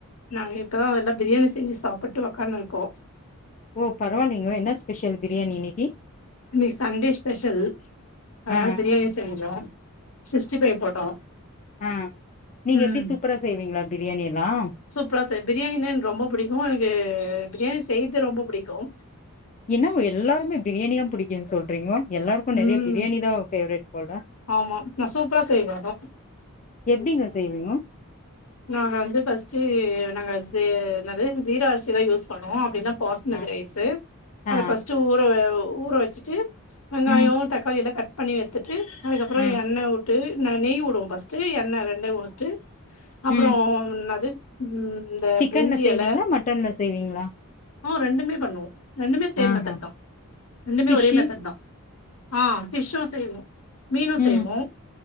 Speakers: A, on the left; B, on the left.
A: நாங்க இப்பதா நல்லா பிரியாணி செஞ்சு சாப்புட்டு உக்காந்துனு இருக்கோ
B: ஓ பரவாயில்லிங்கோ என்ன ஸ்பெஷல் பிரியாணி இன்னைக்கு
A: இன்னைக்கு சண்டே ஸ்பெஷல் அதனால
B: ஆ
A: பிரியாணி செஞ்சோ சிக்ஸ்டி ஃபைவ் போட்டோ
B: ஆ நீங்க
A: ம்
B: எப்படி சூப்பரா செய்வீங்களா பிரியாணி எல்லாம்
A: ப்ளஸ் பிரியாணின்னா எனக்கு ரொம்ப பிடிக்கும் எனக்கு பிரியாணி செய்றது ரொம்ப பிடிக்கும்
B: என்ன எல்லாருமே பிரியாணி தா புடிக்குன்னு சொல்றீங்கோ எல்லாருக்கும் நெறைய
A: ம்
B: பிரியாணி தா பேவரட் போல
A: ஆமா நா சூப்பரா செய்வ அதா
B: எப்டிங்க செய்வீங்கோ
A: நாங்க வந்து ஃபர்ஸ்ட்டு நாங்க என்னது ஜீரா அரிசிதா யூஸ் பண்ணுவோ அப்டின்னா பாஸ்மதி
B: ஆ
A: ரைசு
B: ஆ
A: அத ஃபர்ஸ்ட்டு ஊற ஊற வச்சிட்டு வெங்காயம்
B: ம்
A: தக்காளி எல்லா கட் பண்ணி எடுத்துட்டு அதுக்கப்புறம்
B: ஆ
A: எண்ண ஊ ட்டு நெய் வுடுவோம் ஃபர்ஸ்டு எண்ண ரெண்ட உட்டு அப்புறம்
B: ம்
A: என்ன அது இந்த
B: சிக்கன்ல
A: பிரிஞ்சி
B: செய்வீங்களா
A: எல
B: மட்டன்ல செய்வீங்களா
A: உம் ரெண்டுமே பண்ணுவோ ரெண்டுமே சேம்
B: ஆ
A: மெத்தட்
B: ஹா
A: தா ரெண்டுமே
B: ஃபிஷ்ஷு
A: ஒரே மெத்தட் தா ஆ பிஷ்ஷும் செய்வோம் மீனும்
B: ம்
A: செய்வோம்